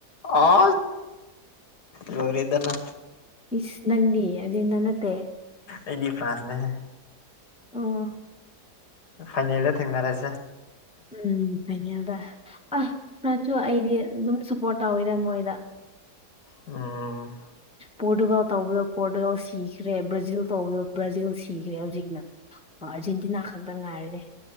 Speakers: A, on the left; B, in the centre.
A: ꯑ ꯂꯔꯤꯗꯅ
B: ꯏꯁ ꯅꯪꯗꯤ ꯑꯥꯔꯖꯦꯟꯇꯤꯅꯥ ꯅꯠꯇꯦ
A: ꯑꯦꯗꯤ ꯐ꯭ꯔꯥꯟꯁꯅꯦꯍꯦ
B: ꯑꯣ
A: ꯐꯥꯏꯅꯦꯜꯗ ꯊꯦꯡꯅꯔꯁꯦ
B: ꯎꯝ ꯟꯌꯥꯗ ꯑ ꯅꯁꯨ ꯑꯩꯗꯤ ꯑꯗꯨꯝ ꯁꯄꯣꯔꯠ ꯇꯎꯣꯏꯗ ꯃꯣꯏꯗ
A: ꯎꯝ
B: ꯄꯣꯔꯇꯨꯒꯥꯜ ꯇꯧꯕꯤꯌꯣ ꯄꯣꯔꯇꯨꯒꯥꯜ ꯁꯤꯈ꯭ꯔꯦ ꯕ꯭ꯔꯥꯖꯤꯜ ꯇꯧꯕꯤꯌꯣ ꯕ꯭ꯔꯥꯖꯤꯜ ꯁꯤꯈ꯭ꯔꯦ ꯍꯧꯖꯤꯛꯅ ꯑꯥꯔꯖꯦꯟꯇꯤꯅꯥ ꯈꯛꯇ ꯉꯥꯏꯔꯅꯦ